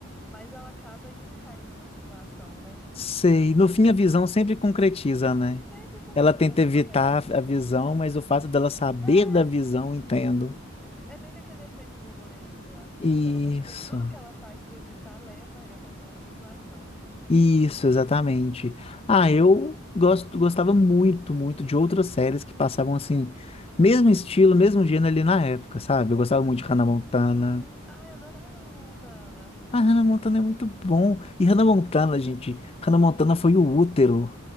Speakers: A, in the centre; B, on the left.
A: mais ela acaba indo caindo na situação, né?
B: sei. No fim, a visão sempre concretiza, né?
A: Sempre concretiza,
B: Ela tenta evitar
A: porque
B: a visão, mas o fato dela saber
A: é,
B: da visão, entendo.
A: é meio que aquele efeito borboleta, sei lá como
B: Isso.
A: é que chama, mas tipo, tudo que ela faz pra evitar leva ela até a situação.
B: Isso, exatamente. Ah, eu gosto, gostava muito, muito de outras séries que passavam assim, mesmo estilo, mesmo gênero ali na época, sabe? Eu gostava muito de Hannah Montana.
A: Uhum. Ai, eu adorava Hannah Montana.
B: Ah,
A: <laughs>
B: Hannah Montana é muito bom. E Hannah
A: E Hannah
B: Montana,
A: Montana
B: gente,
A: é muito bom.
B: Hannah Montana foi o útero